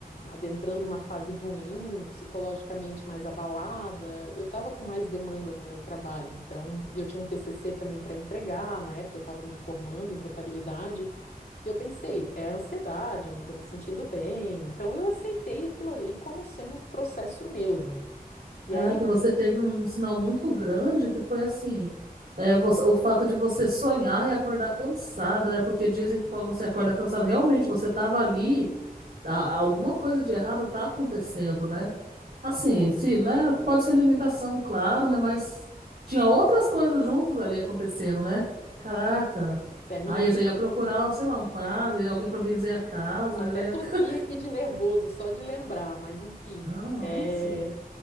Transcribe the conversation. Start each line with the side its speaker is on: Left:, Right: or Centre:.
Left: adentrando uma fase ruim, psicologicamente mais abalada. Eu estava com mais demanda no meu trabalho, então, e eu tinha um TCC também para entregar. Na época eu estava me formando em contabilidade. E eu pensei, é ansiedade, eu não estou me sentindo bem. Então eu aceitei aquilo ali como sendo um processo meu, né? E
Right: Caraca,
Left: aí
Right: e você teve um sinal muito grande que foi assim. É, você- o fato de você sonhar e acordar cansada, né? Porque
Left: Uhum.
Right: dizem que quando você acorda cansada, realmente você estava ali, a- alguma coisa de errado tá acontecendo, né? Assim,
Left: Horrível.
Right: se, né? Pode ser alimentação, claro, né? Mas tinha outras coisas juntas ali acontecendo, né? Caraca.
Left: até me
Right: Aí eu já ia procurar, sei lá, um padre, alguém pra benzer a casa,
Left: até
Right: eu já ia
Left: tossi
Right: ficar. <laughs>
Left: aqui de nervoso só de lembrar, mas enfim.
Right: Nossa,
Left: É,